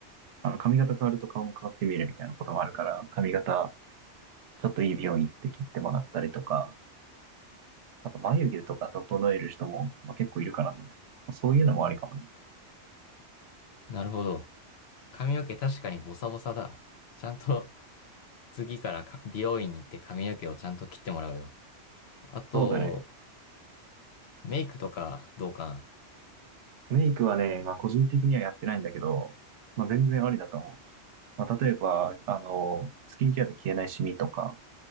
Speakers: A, on the right; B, on the left.
A: あの髪型変わると顔も変わって見えるみたいなこともあるから、髪型、ちょっといい美容院行って切ってもらったりとか、あと眉毛とか整える人も、まあ、結構いるからね。そういうのもありかもね。
B: なるほど。髪の毛確かにボサボサだ。ちゃんと次からか美容院に行って髪の毛をちゃんと切ってもらうよ。あと、
A: そうだね。
B: メイクとかどうかな。
A: メイクはね、まあ個人的にはやってないんだけど、まあ全然ありだと思う。まあ例えば、あの、スキンケアで消えないシミとか